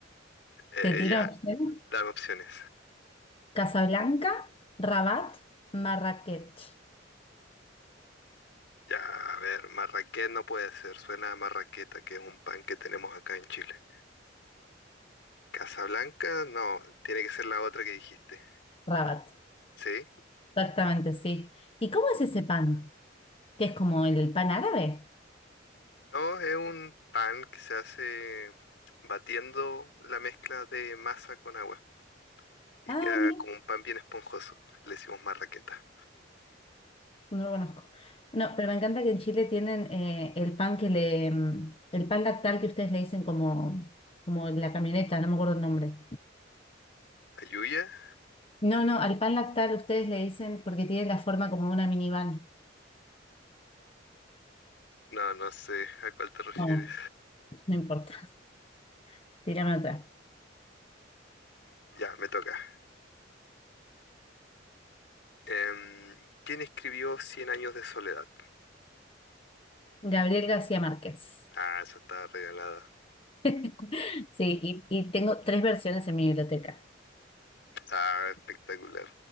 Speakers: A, on the left; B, on the left.
A: Eh,
B: Te tiro
A: ya,
B: opciones.
A: dame opciones.
B: Casablanca, Rabat, Marrakech.
A: Ya, a ver, marraqués no puede ser, suena a marraqueta, que es un pan que tenemos acá en Chile. Casablanca, no, tiene que ser la otra que dijiste.
B: Rabat,
A: ¿Sí?
B: exactamente, sí. ¿Y cómo es ese pan? ¿Que es como el pan árabe?
A: No, es un pan que se hace batiendo la mezcla de masa con agua y
B: Ah,
A: queda
B: mira.
A: como un pan bien esponjoso. Le decimos marraqueta.
B: No lo conozco. No, pero me encanta que en Chile tienen eh, el pan que le, mm, el pan lactal que ustedes le dicen como, como la camioneta, no me acuerdo el nombre.
A: ¿Ayuya?
B: No, no, al pan lactal ustedes le dicen porque tiene la forma como una minivan.
A: No, no sé a cuál te refieres.
B: Bueno, no importa, <laughs> tírame otra.
A: Ya, me toca. Em, ¿quién escribió Cien años de soledad?
B: Gabriel García Márquez.
A: Ah, esa está regalada.
B: <laughs> Sí, y, y tengo tres versiones en mi biblioteca,
A: Ah, espectacular.